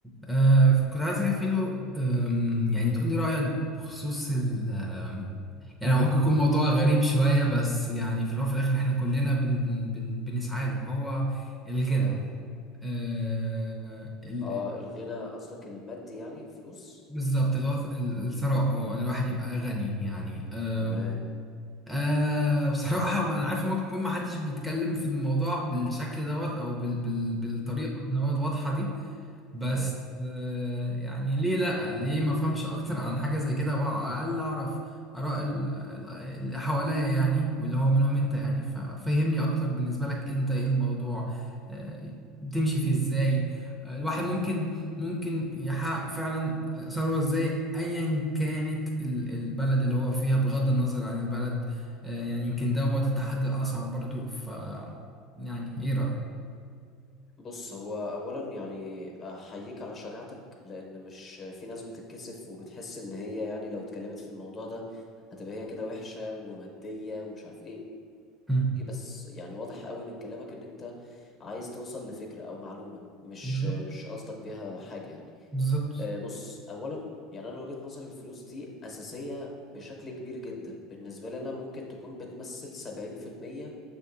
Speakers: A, in the centre; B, on the left.
A: آه كنت عايز اكفيله آم، يعني تقول لي رأيك بخصوص ال آم، يعني ممكن يكون موضوع غريب شوية بس يعني في الأول وفي الآخر احنا كلنا بن بن بنسعى له هو الغنى
B: اه
A: آه ال
B: اه
A: ال-
B: الغنى قصدك المادي يعني الفلوس
A: بالظبط اللي هو ال- الثراء اه إن الواحد يبقى غني يعني آم،
B: تمام
A: آه بصراحة ما أنا عارف ممكن يكون محدش بيتكلم في الموضوع بالشكل دوت أو بال بال بالطريقة إن هو الواضحة دي بس
B: اه
A: آه، يعني ليه لأ ليه ما افهمش اكتر عن حاجة زي كده وعلى الاقل اعرف اراء ال- ال- اللي حواليا يعني واللي هو منهم انت يعني ففهمني اكتر بالنسبة لك انت ايه الموضوع آه، تمشي فيه ازاي آه، الواحد ممكن ممكن يحقق فعلا ثروة ازاي ايا كانت ال- البلد اللي هو فيها بغض النظر عن البلد آه، يعني يمكن دوت التحدي الاصعب برضو ف يعني ايه رأيك؟
B: بص هو اولا يعني احييك على شجاعتك لان مش في ناس بتتكسف وبتحس ان هي يعني لو اتكلمت في الموضوع ده هتبقى هي كده وحشة ومادية ومش عارف ايه
A: مم.
B: إيه بس يعني واضح قوي من كلامك ان انت عايز توصل لفكرة او معلومة مش
A: بالظبط
B: مش قصدك بيها حاجة يعني
A: بالظبط
B: آه، بص اولا يعني انا من وجهة نظري الفلوس دي اساسية بشكل كبير جدا بالنسبة لنا ممكن تكون بتمثل 70%